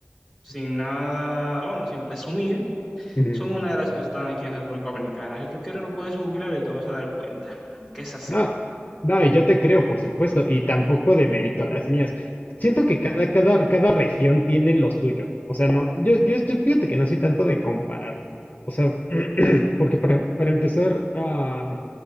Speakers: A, in the centre; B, on the left.
A: sin nada, bueno, sin presumir,
B: ujú.
A: son una de las que están aquí en República Dominicana. Si tú quieres lo puedes googlear y te vas a dar cuenta que es así.
B: No, no, y yo te creo, por supuesto, y tampoco de mérito a las mías. Siento que cada, cada, cada región tiene lo suyo. O sea, no, yo, yo, yo fíjate que no soy tanto de comparar. O sea, <clears throat> porque para, para empezar, ah,